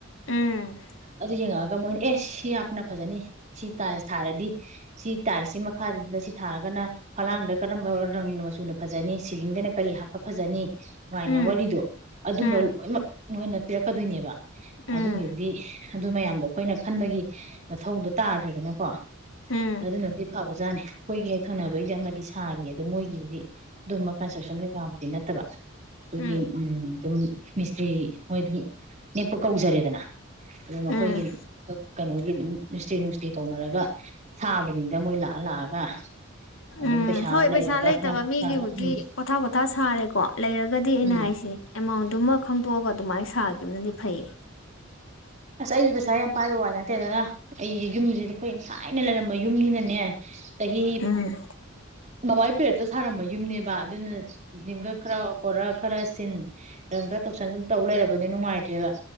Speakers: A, on the left; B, on the right.
A: ꯎꯝ
B: ꯑꯗꯨ ꯌꯦꯡꯉꯛꯑꯒ ꯃꯣꯏꯅ ꯑꯦ ꯁꯤ ꯌꯥꯝꯅ ꯐꯖꯅꯤ ꯁꯤ ꯊꯥꯔꯗꯤ ꯁꯤ ꯇꯥꯏꯜꯁꯤ ꯃꯈꯥꯗ ꯁꯤ ꯊꯥꯔꯒꯅ ꯐꯂꯥꯡꯗ ꯀꯔꯝꯕ ꯔꯪꯅ ꯃꯆꯨꯅ ꯐꯖꯅꯤ ꯁꯤꯂꯤꯡꯗꯅ ꯀꯔꯤ ꯍꯥꯞꯄ ꯐꯖꯅꯤ ꯁꯨꯃꯥꯏꯅ
A: ꯎꯝ
B: ꯋꯥꯔꯤꯗꯣ ꯑꯗꯨꯝꯕ
A: ꯎꯝ
B: ꯂꯣꯏꯅꯃꯛ ꯅꯣꯏꯅ ꯄꯤꯔꯛꯀꯗꯣꯏꯅꯦꯕ
A: ꯎꯝ
B: ꯑꯗꯨꯒꯤꯗꯤ ꯑꯗꯨ ꯃꯌꯥꯝꯗꯣ ꯑꯩꯈꯣꯏꯅ ꯈꯟꯕꯒꯤ ꯃꯊꯧꯗꯣ ꯇꯥꯗ꯭ꯔ‌ꯦꯗꯅ ꯀꯣ
A: ꯎꯝ
B: ꯑꯗꯨꯅꯗꯤ ꯐꯥꯕꯁ ꯑꯣꯖꯥꯅꯦ ꯑꯩꯈꯣꯏꯒꯤ ꯍꯦꯛ ꯊꯪꯅꯕꯒꯤꯗꯤ ꯑꯃꯗꯤ ꯁꯥꯔꯤ ꯑꯗꯣ ꯃꯣꯏꯒꯤꯗꯤ ꯑꯗꯨꯝꯕ ꯀꯟꯁꯇ꯭ꯔꯛꯁꯟ ꯀꯩꯀꯥꯃꯛꯇꯤ ꯅꯠꯇꯕ ꯑꯩꯈꯣꯏꯒꯤ
A: ꯎꯝ
B: ꯑꯗꯨꯝ ꯃꯤꯁꯇ꯭ꯔꯤ ꯃꯣꯏ ꯅꯦꯛꯄ ꯀꯧꯖꯔꯦꯗꯅ ꯑꯗꯨ ꯃꯈꯣꯏꯒꯤ
A: ꯎꯝ
B: ꯀꯩꯅꯣꯒꯤ ꯎꯝ ꯃꯤꯁꯇꯔꯤ ꯅꯨꯡꯁꯇꯤ ꯇꯧꯅꯔꯒ ꯁꯥꯕꯅꯤꯗ ꯃꯣꯏ ꯂꯥꯛꯑ ꯂꯥꯛꯑꯒ ꯑꯗꯨꯝ
A: ꯎꯝ ꯍꯣꯏ
B: ꯂꯩꯔꯒ
A: ꯄꯩꯁꯥ ꯂꯩꯇꯕ
B: ꯈꯔ
A: ꯃꯤꯒꯤꯕꯨꯛ
B: ꯁꯥꯒ ꯎꯝ
A: ꯄꯣꯊꯥ ꯄꯣꯊꯥ ꯁꯥꯔꯦꯀꯣ ꯂꯩꯔꯒꯗꯤ ꯑꯩꯅ
B: ꯎꯝ
A: ꯍꯥꯏꯁꯤꯦ ꯑꯦꯃꯥꯎꯟꯗꯨꯃꯛ ꯈꯪꯗꯣꯛꯑꯒ ꯑꯗꯨꯃꯥꯏꯅ ꯁꯥꯈꯤꯕꯅꯗꯤ ꯐꯩꯌꯦ
B: ꯑꯁ ꯑꯩꯁ ꯄꯩꯁꯥ ꯌꯥꯝ ꯄꯥꯏꯕ ꯋꯥꯅꯦ ꯇꯔ ꯑꯩꯨꯝ ꯑꯩꯈꯣꯏ ꯌꯥꯝ ꯊꯥꯏꯅ ꯂꯩꯔꯝꯕ ꯌꯨꯝꯅꯤꯅꯅꯦ ꯇꯍꯤ
A: ꯎꯝ
B: ꯃꯕꯥ ꯄꯦꯔꯗ ꯊꯔꯝꯕ ꯌꯨꯝꯅꯦꯕ ꯑꯗꯨꯅ ꯦꯡꯈꯛ ꯈꯔ ꯈꯔ ꯈꯔ ꯁꯤꯟ ꯅꯪ ꯈꯔ ꯇꯧꯁꯟ ꯁꯨꯝ ꯇꯧ ꯂꯩꯔꯕꯅꯤ ꯅꯨꯡꯉꯥꯏꯇ꯭ꯔꯦꯕ